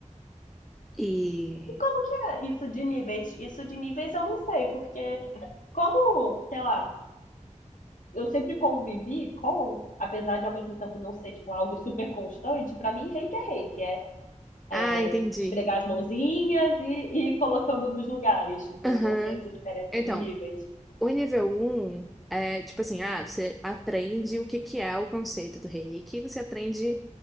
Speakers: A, in the centre; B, on the left (about 80°).
A: E.
B: E Como que é isso de níveis? Isso de níveis eu não sei, porque como, sei lá, eu sempre convivi com, apesar de ao mesmo tempo não ser tipo algo super constante, pra mim reiki é reiki, é,
A: Ah,
B: é
A: entendi.
B: esfregar as mãozinhas e, e ir colocando nos lugares, tipo,
A: Aham.
B: não sei essa diferença
A: Então,
B: de níveis.
A: O nível um é tipo assim, ah, você aprende o que que é o conceito do reiki, você aprende